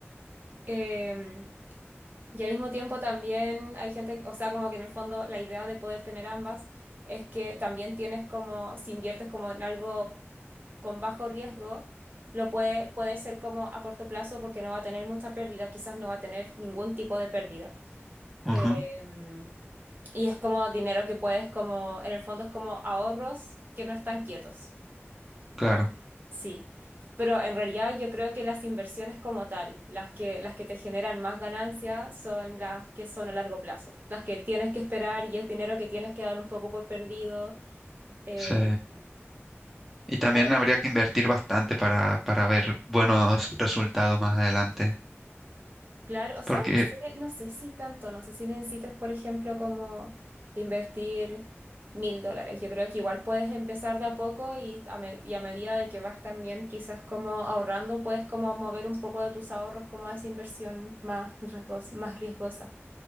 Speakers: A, on the right (about 40°); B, in the centre.
A: Eh, y al mismo tiempo también hay gente, que- o sea, como que en el fondo la idea de poder tener ambas es que también tienes como, si inviertes como en algo con bajo riesgo, lo puede, puede ser como a corto plazo porque no va a tener mucha pérdida, o quizás no va a tener ningún tipo de pérdida.
B: Ujú,
A: Em, y es como dinero que puedes como, en el fondo es como ahorros que no están quietos.
B: claro,
A: Sí. Pero en realidad yo creo que las inversiones como tal, las que, las que te generan más ganancias son las que son a largo plazo, las que tienes que esperar y es dinero que tienes que dar un poco por perdido eh,
B: sí. Y también
A: para
B: habría
A: que-
B: que invertir bastante para, para ver buenos resultados más adelante.
A: Claro, o sea,
B: Porque,
A: no sé, no sé si tanto, no sé si necesitas, por ejemplo, como invertir mil dólares. Yo creo que igual puedes empezar de a poco y a, me- y a medida de que vas también quizás como ahorrando, puedes como mover un poco de tus ahorros como a esa inversión más riesgos- más riesgosa.